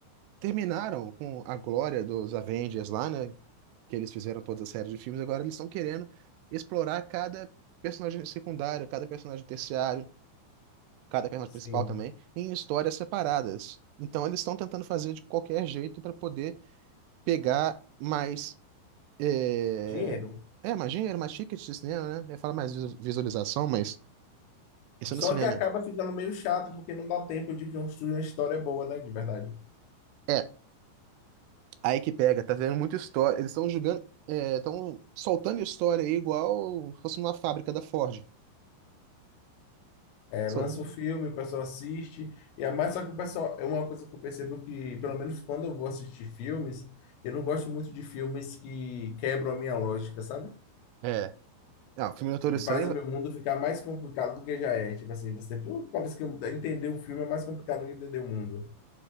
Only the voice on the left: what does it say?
Sim.
Dinheiro.
Só
que acaba ficando meio chato porque não dá tempo de construir uma história boa, né? De verdade.
É,
lança o filme, o pessoal assiste, e é mais só que o pessoal, é uma coisa que eu percebo que, pelo menos quando eu vou assistir filmes, eu não gosto muito de filmes que quebram a minha lógica, sabe?
Que
fazem meu mundo ficar mais complicado do que já é. Tipo assim, você, pô, parece que entender o filme é mais complicado do que entender o mundo.